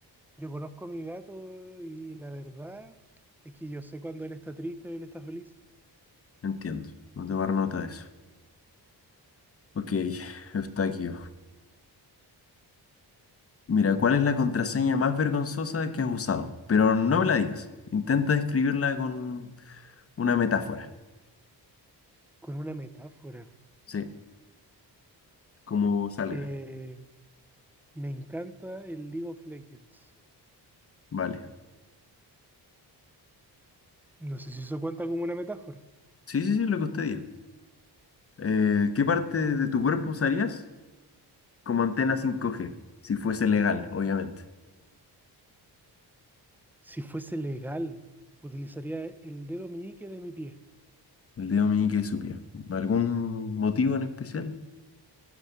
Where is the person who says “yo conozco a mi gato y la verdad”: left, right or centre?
Centre